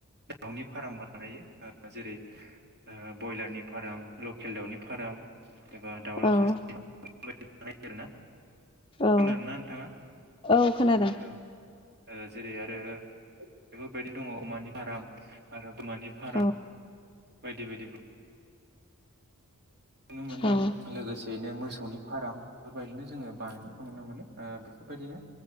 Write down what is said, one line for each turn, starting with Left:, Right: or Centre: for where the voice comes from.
Right: दाउनि फाराम बानायो ओ जेरै ओ बयलारनि फाराम लकेल दाउनि फाराम एबा दाउला
Left: औ
Right: खासि बेफोरदि बानायो आरोना
Left: औ
Right: खोनादोंना नोंथाङा
Left: औ खोनादों
Right: औ ओ जेरै आरो बेफोरबायदि दङ' अमानि फाराम आरो बोरमानि फाराम
Left: औ
Right: बायदि बायदि नुनो मोनो
Left: औ
Right: लोगोसे बेनो मोसौनि फाराम बेफोरबायदिनो जोङो बानायनायखौ नुनो मोनो ओ बेफोरबायदिनो